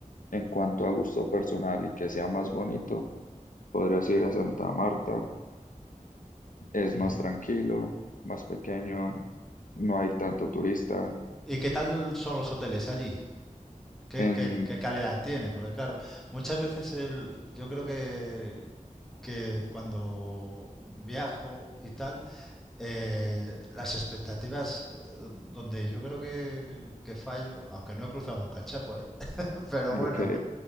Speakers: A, on the left; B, in the centre.
A: En cuanto a gusto personal y que sea más bonito, podrías ir a Santa Marta. Es
B: ujú.
A: más tranquilo, más pequeño, no hay tanto turista.
B: ¿Y qué tal son los hoteles allí? ¿Qué,
A: En,
B: qué- qué calidad tiene? Porque claro, muchas veces el, yo creo que, que cuando viajo y tal, eh, las expectativas, eh, donde yo creo que, que fallo, aunque no he cruzado nunca el charco, ¿eh? <laughs> Pero bueno,
A: ok,